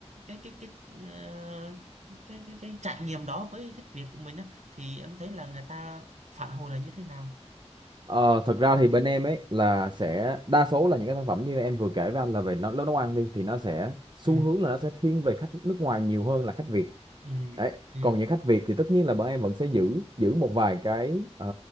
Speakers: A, on the right; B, on the right.
A: cái cái cái ờ, cái cái, cái trải nghiệm đó với thách việc của mình á thì em thấy là người ta phản hồi là như thế nào
B: Ờ, thật ra thì bên em ấy là sẽ đa số là những cái sản phẩm như em vừa kể với anh là về nó nấu nấu ăn đi thì nó sẽ xu
A: ừ
B: hướng là nó sẽ thiên về khách nước ngoài nhiều hơn là khách Việt
A: ừ
B: đấy
A: ừ
B: còn những khách Việt thì tất nhiên là bọn em vẫn sẽ giữ giữ một vài cái ờ,